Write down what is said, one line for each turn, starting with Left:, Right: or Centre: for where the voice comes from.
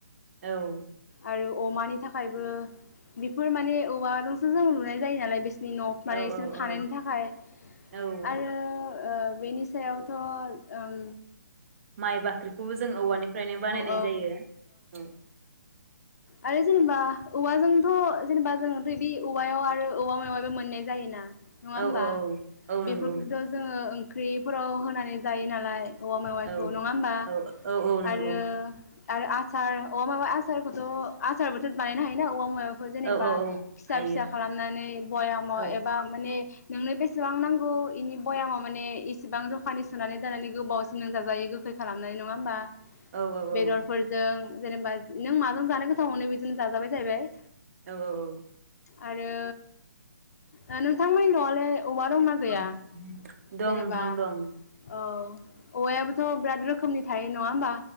Right: औ
Left: आरो अमानि थाखायबो बेफोर माने औवा सो जों लुनाय जायो नालाय बिस नि न'
Right: औ
Left: माने इसोर
Right: औ
Left: थानायनि
Right: औ
Left: थाखाय
Right: औ
Left: आरो ओ बेनि सायावथ' ओं
Right: माइ बाख्रिखौबो जों औवानिफ्रायनो बानायनाय
Left: औ
Right: जायो। औ
Left: आरो जेनेबा औवाजोंथ' जेनेबा जोंङथ' बे औवायाव आरो औवा मायाब मोननाय जायोना नंङा होमबा?
Right: औ औ औ
Left: बेफोरखौबोथ'
Right: नंगौ
Left: जोंङो ओं ओंख्रिफोराव होनानै जायो नालाय औवा मावेवाइखौ
Right: औ
Left: नंङा होमबा?
Right: औ औ औ नंगौ
Left: आरो आरो आसार औवा माववा आसारखौथ' आसारबोथ' बानायनो हायो ना औवा माव खौ जेनेबा
Right: औ औ
Left: फिसा
Right: हायो
Left: फिसा खालामनानै बयाम
Right: औ
Left: एबा माने नोंनो बेसेबां नांगौ इनि बयामाव माने इसेबां जखानि सोनानै दोनानानै गोबावसिम लोंजाजायो गोखै खालामनाय नंङा होमबा?
Right: औ औ
Left: बेदरफोरजों जेनेबा नों माजों जानो गोथाव मोनो बेजोंनो जाजाबाय जाहैबाय।
Right: औ औ औ
Left: आरो ओ नोंथांमोन न'आलाय औवा दंना गैया
Right: दं
Left: जेनेबा
Right: नोंथां दं
Left: औ औवायाबोथ' बिराद रोखोमनि थायो न नंङा होमबा?